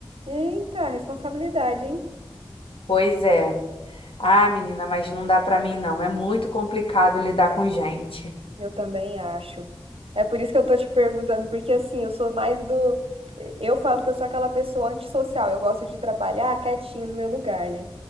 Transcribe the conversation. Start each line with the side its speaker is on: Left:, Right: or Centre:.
Right: Eita, responsabilidade, hein?
Left: Pois é. Ah, menina, mas não dá pra mim não, é muito complicado lidar com gente.
Right: Eu também acho. É por isso que eu tô te perguntando, porque assim, eu sou mais do. Eu falo que eu sou aquela pessoa antissocial, eu gosto de trabalhar quietinho no meu lugar, né?